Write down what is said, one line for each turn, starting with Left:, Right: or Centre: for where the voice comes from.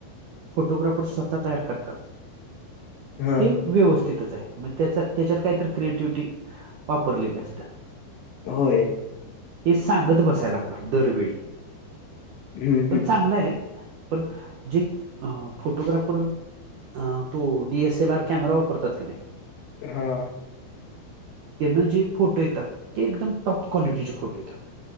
Right: फोटोग्राफर स्वतः तयार करतात.
Left: हा
Right: ते व्यवस्थितच आहे म्ह त्या त्याच्यात काहीत क्रिएटिव्हटी वापरलेली असत.
Left: होय
Right: हे सांगत बसायला लागणार दरवेळी
Left: हम्म
Right: पण
Left: हम्म
Right: चांगलं आहे पण जे अ फोटोग्राफर अ तो डीएसएल आर कॅमेरा वापरतात का नाही
Left: हा
Right: त्यांना जे फोटो येतात ते एकदम टॉप क्वालिटीचे फोटो येतात